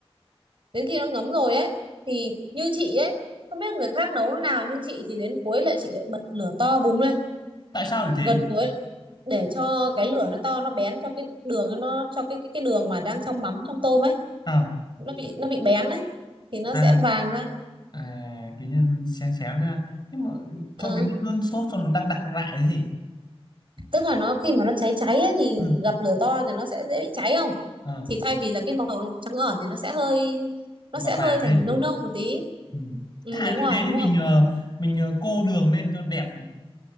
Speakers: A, on the right (about 55°); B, on the left (about 45°).
A: đến khi nó ngấm rồi ấy thì như chị ấy không biết người khác nấu thế nào nhưng chị thì đến cuối lại chị lại bật lửa to bùng lên
B: Tại sao lại thế?
A: gần cuối để cho cái lửa nó to nó bén cho cái đường nó cho cái cái cái đường mà đang trong mắm trong tôm ấy
B: À,
A: nó bị nó bị bén ấy thì nó
B: ăn
A: sẽ vàng ha
B: à, kiểu như xém xém ra. Nhưng mà cho
A: Ờ,
B: cái nước nước sốt cho nó đặc đặc lại cái gì?
A: tức là nó khi mà nó cháy cháy ấy, thì
B: Ừ.
A: gặp lửa to thì nó sẽ dễ bị cháy không
B: À.
A: thì thay vì là cái màu nó trắng ẩn thì nó sẽ hơi nó
B: và
A: sẽ
B: vàng
A: hơi
B: lên
A: thành nâu nâu một tí
B: ừ.
A: ừ,
B: thà
A: đúng
B: như
A: rồi
B: thế
A: đúng
B: thì mình
A: rồi
B: ờ, mình ờ, cô đường lên cho đẹp